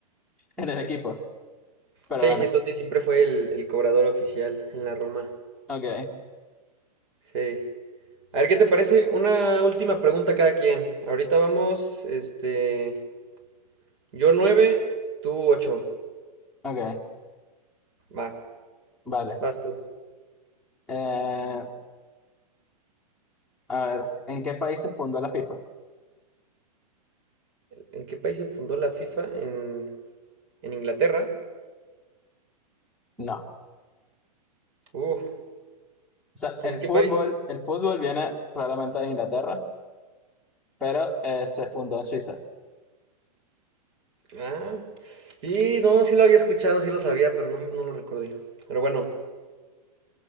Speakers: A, in the centre; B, on the right.
A: <laughs> en el equipo, pero
B: Sí,
A: bueno,
B: sí, Totti siempre fue el, el cobrador oficial en la Roma.
A: ok,
B: Sí. A ver, ¿qué te parece? Una última pregunta a cada quien. Ahorita vamos, este, yo nueve, tú ocho.
A: ok,
B: Va,
A: vale.
B: vas tú.
A: Eh, a ver, ¿en qué país se fundó la FIFA?
B: ¿En qué país se fundó la FIFA? En, en Inglaterra.
A: No, o
B: Uf,
A: sea, el
B: ¿en qué
A: fútbol,
B: país?
A: el fútbol viene probablemente de Inglaterra, pero eh, se fundó en Suiza.
B: Ah, y no, sí lo había escuchado, sí lo sabía, pero no, no lo recordé. Pero bueno,